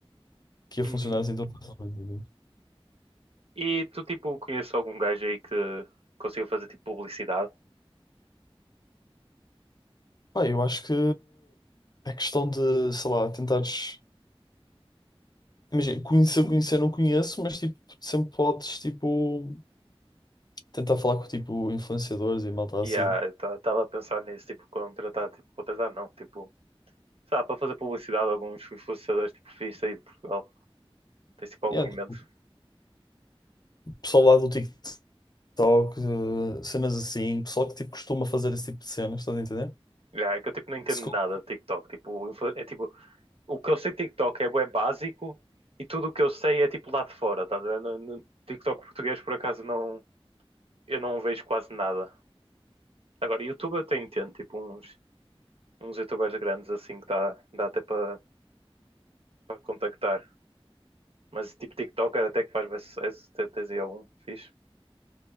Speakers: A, on the left; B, on the right.
A: que ia
B: Uhum.
A: funcionar assim tão facilmente, entende?
B: E tu, tipo, conheces algum gajo aí que consiga fazer tipo publicidade?
A: Pá, eu acho que é questão de, sei lá, tentares, imagina, conhecer, conhecer não conheço, mas, tipo, sempre podes, tipo, tentar falar com, tipo, influenciadores e malta assim.
B: E ah, estava a pensar nisso, tipo, contratar, tipo, contratar não, tipo. sei lá, para fazer publicidade a alguns influenciadores tipo fixe aí de Portugal. Tem tipo algum
A: Yeah,
B: invento.
A: tipo, pessoal lá do TikTok Só que eh, cenas assim, pessoal que tipo costuma fazer esse tipo de cenas, estás a entender?
B: É que eu tipo não entendo
A: Se
B: nada
A: co-
B: de TikTok. Tipo, influ- é tipo, o que eu sei de TikTok é, bué básico e tudo o que eu sei é tipo lá de fora, tá? a ver? No, no TikTok português por acaso não, eu não vejo quase nada. Agora, YouTube eu até entendo, tipo uns, uns youtubers grandes assim que dá, dá até para para contactar. Mas tipo TikTok era até que faz bué sucesso, até tens aí algum fixe.